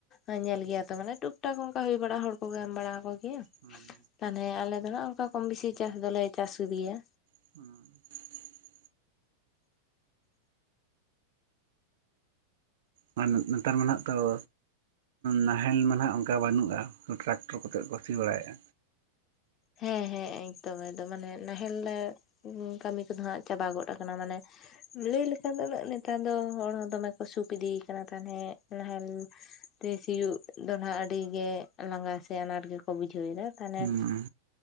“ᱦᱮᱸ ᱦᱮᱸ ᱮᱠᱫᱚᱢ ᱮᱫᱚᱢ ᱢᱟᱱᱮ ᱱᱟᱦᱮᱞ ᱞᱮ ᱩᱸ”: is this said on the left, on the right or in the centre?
Left